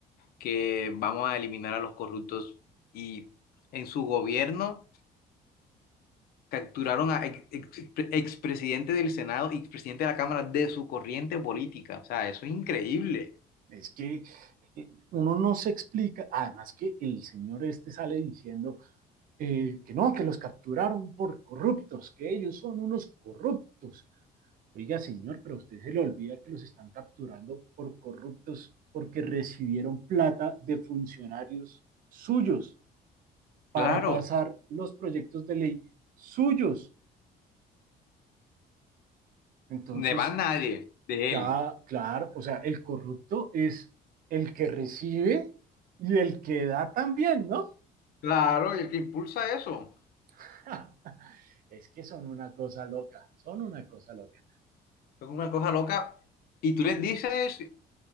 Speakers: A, on the left; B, on the right.
A: que vamos a eliminar a los corruptos. Y en su gobierno capturaron a ex- ex- expresidente del Senado y expresidente de la Cámara de su corriente política. O sea, eso es increíble.
B: Es que eh, uno no se explica, además que el señor este sale diciendo eh, que no, que los capturaron por corruptos, que ellos son unos corruptos. Oiga, señor, pero a usted se le olvida que los están capturando por corruptos porque recibieron plata de funcionarios suyos. para
A: Claro.
B: pasar los proyectos de ley suyos. Entonces,
A: de más nadie, de
B: claro,
A: él.
B: claro, o sea, el corrupto es el que recibe y el que da también, ¿no?
A: Claro, y el que impulsa eso.
B: <laughs> es que son una cosa loca, son una cosa loca.
A: Es una cosa loca. Y tú les dices